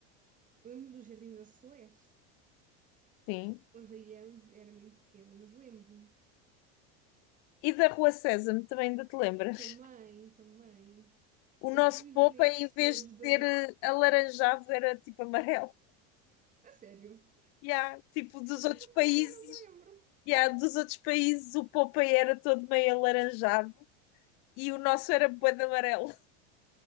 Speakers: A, on the right (about 25°); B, on the left (about 45°).
A: lembro do Jardim da Celeste,
B: sim.
A: mas aí era, era mesmo pequena, mas lembro-me.
B: E da Rua Sésamo, também ainda te lembras?
A: Também, também.
B: O nosso
A: Eu tenho os
B: Popa,
A: bonecos
B: em vez
A: todos
B: de
A: da.
B: ser eh, alaranjado, era tipo amarelo.
A: A sério,
B: Yeah, tipo, dos outros
A: essa
B: países,
A: parte já não me lembro.
B: yeah, dos outros países o Popeye era todo meio alaranjado e o nosso era bué de amarelo.